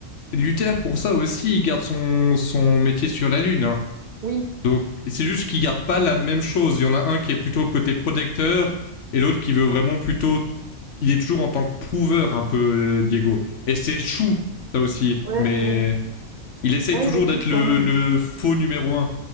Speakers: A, on the left; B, on the right.
A: Luther, pour ça aussi, il garde son, son métier sur la Lune. Hein.
B: Oui,
A: Donc c'est juste qu'ils gardent pas la même chose. Il y en a un qui est plutôt côté protecteur et l'autre qui veut vraiment plutôt. Il est toujours en tant que prouveur un peu euh, Diego. Et c'est chou ça aussi,
B: ouais,
A: mais
B: ouais.
A: il essaye
B: Ouais,
A: toujours
B: il est
A: d'être
B: touchant,
A: le,
B: il
A: le
B: est touchant.
A: faux numéro un.